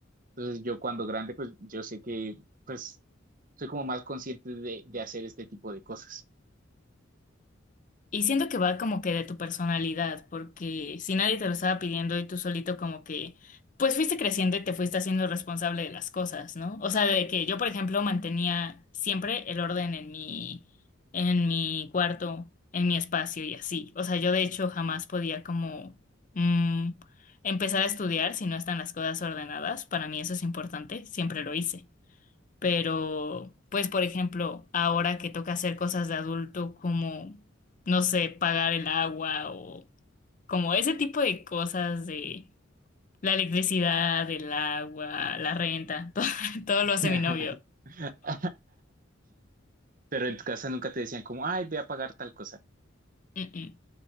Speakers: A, on the right; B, on the left.
A: Entonces yo cuando grande, pues yo sé que, pues, soy como más consciente de, de hacer este tipo de cosas.
B: Y siento que va como que de tu personalidad, porque si nadie te lo estaba pidiendo y tú solito como que, pues fuiste creciendo y te fuiste haciendo responsable de las cosas, ¿no? O sea, de que yo, por ejemplo, mantenía siempre el orden en mi, en mi cuarto, en mi espacio y así. O sea, yo de hecho jamás podía como mm, empezar a estudiar si no están las cosas ordenadas. Para mí eso es importante, siempre lo hice. pero pues por ejemplo, ahora que toca hacer cosas de adulto como, no sé, pagar el agua o como ese tipo de cosas de la electricidad, el agua, la renta, <laughs> todo, todo
A: <laughs>
B: lo hace mi novio.
A: Pero en tu casa nunca te decían como, ay, ve a pagar tal cosa.
B: Mm,